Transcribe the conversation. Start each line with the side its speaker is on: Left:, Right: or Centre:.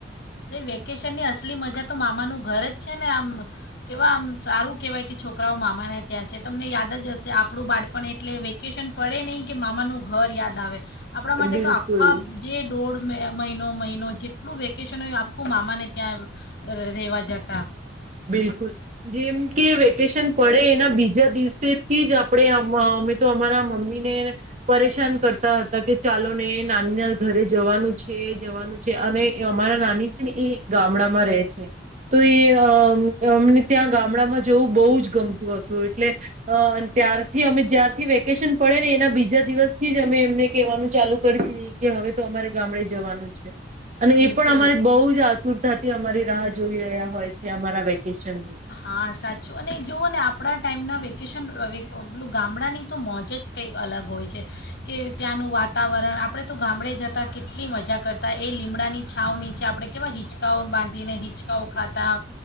Left: ને વેકેશનની અસલી મજા તો મામાનું ઘર જ છે ને આમ, કેવા આમ સારું કહેવાય કે છોકરાઓ મામાને ત્યાં છે. તમને યાદ જ હશે આપણું બાળપણ એટલે વેકેશન પડે નહીં કે મામાનું ઘર યાદ આવે. આપણા માટે
Right: બિલકુલ
Left: તો આખા જે દોડ મે મહિનો મહિનો જેટલું વેકેશ ન આખું મામાને ત્યાં ર રહેેવા જતા.
Right: બિલકુલ. જેમ કે વેકેશન પડે એના બીજા દિવસેથી જ આપણે અમ હવે તો અમારા મમ્મી ને પરેશાન કરતા હતા કે ચાલો ને નાનીના ઘરે જવાનું છે, જવાનું છે અને અમારા નાની છે ને ઈ ગામડામાં રહે છે, તો એ અહ અમને ત્યાં ગામડામાં જવું બહુ જ ગમતું હતું એટલે અહ ત્યારથી અમે જ્યારથી વેકેશન પડે ને એના બીજા દિવસથી જ અમે એમને કેવાનું ચાલુ કરી દેય કે હવે તો અમારે ગામડે જવાનું છે. અને
Left: બિલકુલ
Right: એ પણ અમારે બહુ જ આતુર તાથી અમારી રાહ જોઈ રહ્યા હોય છે અમારા વેકેશન.
Left: હા સાચું અને જુઓ ને આપણા ટાઈમના વેકેશન <unintelligible> પેલું ગામડાંની તો મોજ જ કંઈક અલગ હોય છે, કે ત્યાંનું વાતાવરણ આપણે તો ગામડે જતા કેટલી મજા કરતા એ લીમડાની છાવ નીચે આપણે કેવા હિચકાઓ બાંધીને હિંચકાઓ ખાતા,